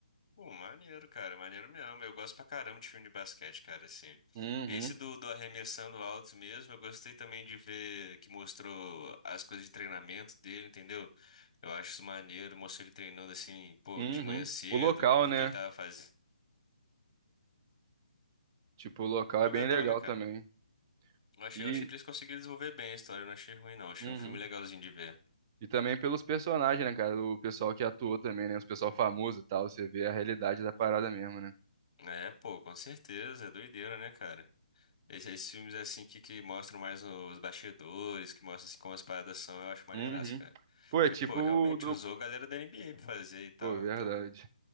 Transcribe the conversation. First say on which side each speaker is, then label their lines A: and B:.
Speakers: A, on the left; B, on the right.
A: Pô, maneiro, cara. Maneiro mesmo. Eu gosto pra caramba de filme de basquete, cara, assim.
B: Uhum,
A: Esse do, do arremessando alto mesmo, eu gostei também de ver que mostrou as coisas de treinamento dele, entendeu? Eu acho isso maneiro, mostrou ele treinando assim, pô,
B: uhum.
A: de manhã cedo,
B: O local,
A: o que
B: né?
A: que ele tava fazendo.
B: Tipo, o local é
A: Jogador,
B: bem legal
A: né, cara?
B: também.
A: Eu achei,
B: E,
A: eu achei que eles conseguiram desenvolver bem a história, eu não achei ruim, não. Achei
B: uhum.
A: um filme legalzinho de ver.
B: E também pelos personagens, né, cara? O pessoal que atuou também, né? Os pessoal famoso e tal. Você vê a realidade da parada mesmo, né?
A: É, pô, com certeza, é doideira, né, cara? Esses, esses filmes assim que, que mostram mais os bastidores, que mostram assim como as paradas são, eu acho maneiraço,
B: Uhum.
A: cara.
B: Pô,
A: Porque,
B: é tipo
A: pô, realmente
B: o do.
A: usou a galera da NBA pra fazer e tal,
B: Pô, verdade.
A: então.